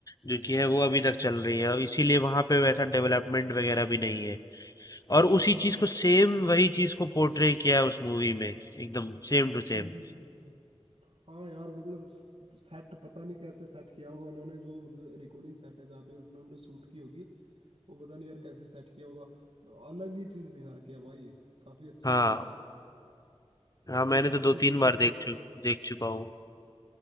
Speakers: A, on the left; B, on the right.
A: जो कि है वो अभी तक चल रही है और इसीलिए वहां पे वैसा डेवलपमेंट वगैरह भी नहीं है और उसी चीज को सेम वही चीज को पोर्ट्रे किया है उस मूवी में एकदम सेम टू सेम
B: हम्म हम्म हम्म, हम्म, हम्म। हाँ यार मतलब सेट पता नहीं कैसे सेट किया होगा उन्होंने जो मतलब रिकॉर्डिंग सेट है जहाँ पे उन्होंने शूट की होगी वो पता नहीं यार कैसे सेट किया होगा अलग ही चीज दिखा रखी है भाई काफी अच्छी
A: हाँ
B: मूवी है
A: हाँ
B: और
A: मैंने तो
B: बाकी
A: दो तीन
B: हॉलीवुड
A: बार देख
B: का
A: चु
B: तो
A: देख चुका हूँ